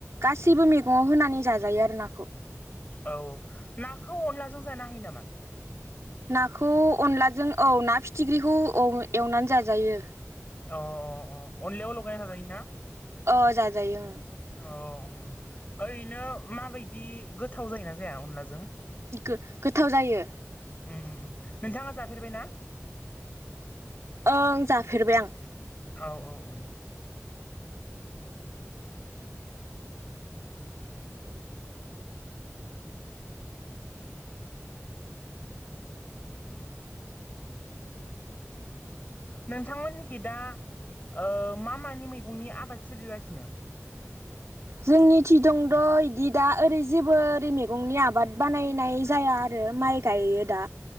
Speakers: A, on the right; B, on the left.
A: गासैबो मैगङाव होनानै जाजायो आरो नाखौ
B: औ नाखौ अनलाजों जानो हायो नामा?
A: नाखौ अनलाजों औ ना फिथिख्रिखौ एवनानै जाजायो
B: अ अ अ अनलायाव लगायना जाजायोना
A: ओ जाजायो ओं
B: अ उम ओरैनो माबायदि गोथाव जायोना जाया अनलाजों
A: गो गोथाव जायो
B: उम उम उम नोंथाङा जाफेरबाय ना?
A: ओं जाफेरबाय आं
B: औ औ उम नोंथांमोननिखि दा ओ मा-मानि मैगंनि आबाद सोलिगासिनो
A: जोंनि थि दंद' इदि दा ओरै जेबो ओरै मैगंनि आबाद बानायनाय जाया आरो माइ गायो दा